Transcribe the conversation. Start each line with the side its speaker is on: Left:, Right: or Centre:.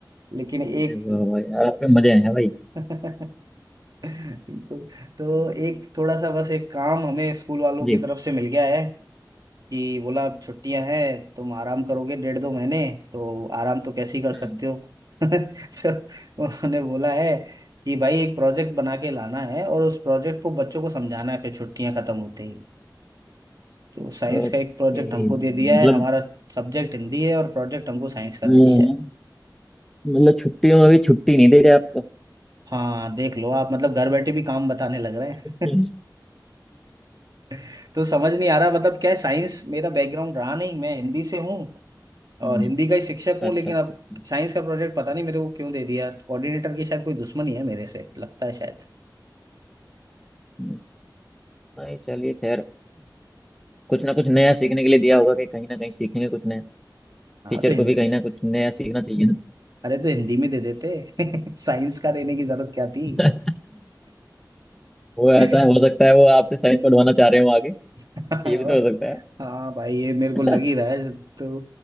Right: लेकिन एक
Centre: अरे वाह वाह यार आपके मजे हैं भाई
Right: <laughs> बिल्कुल तो एक थोड़ा सा बस एक काम हमें स्कूल वालों
Centre: जी
Right: की तरफ से मिल गया है कि बोला अब छुट्टियां हैं तुम आराम करोगे डेढ़ दो महीने तो आराम तो कैसे ही कर
Centre: हम्म,
Right: सकते हो <laughs> तो उन्होंने बोला है कि भाई एक प्रोजेक्ट बना के लाना है और उस प्रोजेक्ट को बच्चों को समझाना है फिर छुट्टियां खत्म होते ही तो साइंस
Centre: ओके
Right: का एक प्रोजेक्ट हमको
Centre: मतलब
Right: दे दिया है हमारा सब्जेक्ट हिंदी है और प्रोजेक्ट हमको साइंस का
Centre: हम्म,
Right: दे दिया है
Centre: मतलब छुट्टियों में भी छुट्टी नहीं दे रहे आपको
Right: हाँ देख लो आप मतलब घर बैठे भी काम बताने लग रहे हैं
Centre: हम्म,
Right: <laughs> तो समझ नहीं आ रहा मतलब क्या है साइंस मेरा बैकग्राउंड रहा नहीं मैं हिंदी से हूँ
Centre: हम्म,
Right: और हिंदी का ही शिक्षक हूँ
Centre: अच्छा
Right: लेकिन
Centre: अच्छा
Right: अब
Centre: अच्छा
Right: साइंस का प्रोजेक्ट पता नहीं मेरे को क्यों दे दिया कोऑर्डिनेटर की शायद कोई दुश्मनी है मेरे से लगता है शायद
Centre: हम्म, नहीं चलिए खैर कुछ ना कुछ नया सीखने के लिए दिया होगा कि कहीं ना कहीं सीखेंगे कुछ नया
Right: हाँ
Centre: टीचर
Right: तो हिंद
Centre: को भी कहीं ना कुछ नया सीखना चाहिए
Right: अरे तो हिंदी में दे देते <laughs> साइंस का देने की जरूरत क्या थी
Centre: ना <laughs> वो ऐसा
Right: <laughs>
Centre: हो सकता है वो आपसे साइंस पढ़वाना चाह रहे हो आगे
Right: और
Centre: ये भी तो हो सकता
Right: हाँ भाई ये मेरे को लग
Centre: है
Right: ही
Centre: <laughs>
Right: रहा है तो